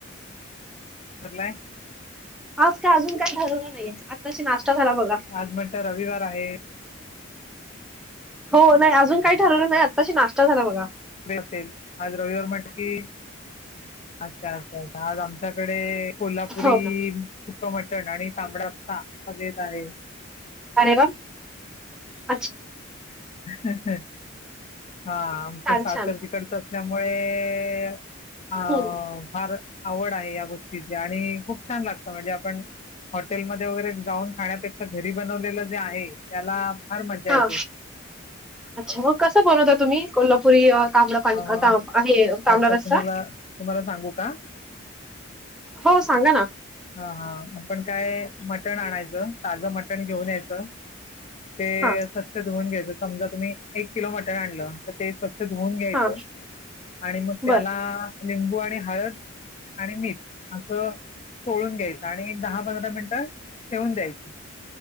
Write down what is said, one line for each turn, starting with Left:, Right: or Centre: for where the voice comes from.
Left: भरलाय.
Centre: आज काय अजून काही ठरवलं नाही आत्ताची नाश्ता झाला बघा.
Left: आज म्हणता रविवार आहे.
Centre: हो नाही अजून काही ठरवलं नाही आत्ताशी नाश्ता झाला बघा.
Left: असेल, आज रविवार म्हटलं की. अच्छा! अच्छा! अच्छा! आज आमच्याकडे कोल्हापुरी
Centre: हो का
Left: सुकं मटण आणि तांबडा रस्सां देत आहे.
Centre: अरे वा! अच्छा.
Left: हा आमचं
Centre: छान
Left: सासर
Centre: छान
Left: तिकडच असल्यामुळे अ
Centre: हम्म
Left: फार आवड आहे या गोष्टीची आणि खूप छान लागतं म्हणजे आपण हॉटेलमध्येध्ये वगैरे जाऊन खाण्यापेक्षा घरी बनवलेलं जे आहे त्याला फार मज्जा
Centre: हा
Left: येते.
Centre: अच्छा मग कसं बनवता तुम्ही कोल्हापुरी तांबडा <unintelligible>
Left: अ
Centre: आता आहे तांबडा
Left: अच्छा तुम्हाला
Centre: रसा.
Left: तुम्हाला सांगू का
Centre: हो सांगा ना.
Left: हा हा आपण काय मटण आणायचं ताजं मटण घेऊन यायचं. ते
Centre: हा
Left: स्वच्छ धुऊून घ्यायचं समजा तुम्ही एक किलो मटन आणलं तर ते स्वच्छ धुऊन घ्यायचं.
Centre: हा
Left: आणि मग त्याला
Centre: बर
Left: लिंबू आणि हळद आणि मीठ असं उकळून घ्यायच आणि दहा पंधरा मिनट ठेवून द्यायचं